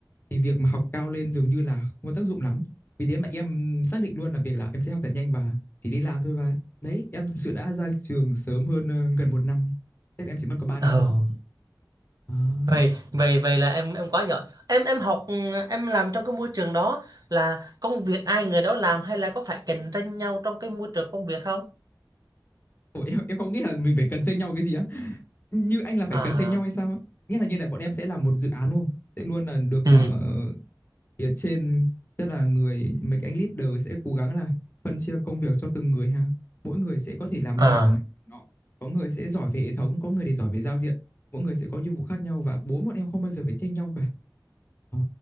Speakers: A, on the left; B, on the right.
A: thì việc mà học cao lên dường như là không có tác dụng lắm vì thế mà em xác định luôn là việc là em sẽ học thật nhanh và chỉ đi làm thôi và đấy em thật sự đã ra trường sớm hơn ờ, gần một năm Tết em chỉ mất có ba năm
B: Ừ.
A: thôi
B: vậy vậy vậy là em em quá giỏi em em học ừ, em làm trong cái môi trường đó là công việc ai người đó làm hay là có phải cạnh tranh nhau trong cái môi trường công việc không
A: Ủa, em em không nghĩ là mình phải cần tranh nhau cái gì á như anh là phải
B: à
A: cần tranh nhau hay sao á nghĩa là như này bọn em sẽ là một dự án đúng không sẽ luôn là được
B: ừ
A: ờ, phía trên tức là người mấy cái anh leader sẽ cố gắng là phân chia công việc cho từng người ha mỗi người sẽ có thể làm
B: à
A: mảng này nọ có người sẽ giỏi về hệ thống có người thì giỏi về giao diện mỗi người sẽ có nhiệm vụ khác nhau và bốn bọn em không bao giờ phải tranh nhau cả Ờ,